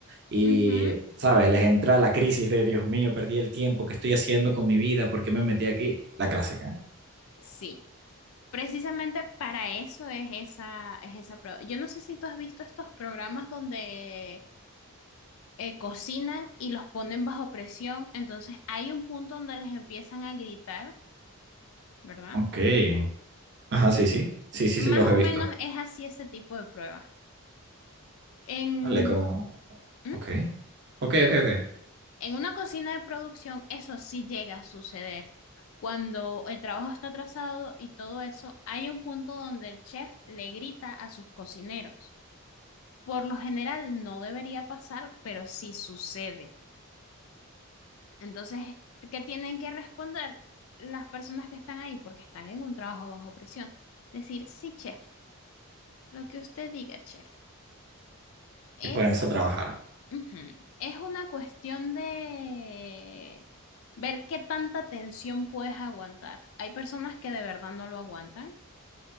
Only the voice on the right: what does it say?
y,
¿sabes? Les entra la crisis de, Dios mío, perdí el tiempo, ¿qué estoy haciendo con mi vida? ¿Por qué me metí aquí? La clásica.
Ok. Ajá, sí, sí. Sí, sí,
sí, los he
visto.
Vale, como,
ok. Ok, ok, ok.
Y ponerse a trabajar.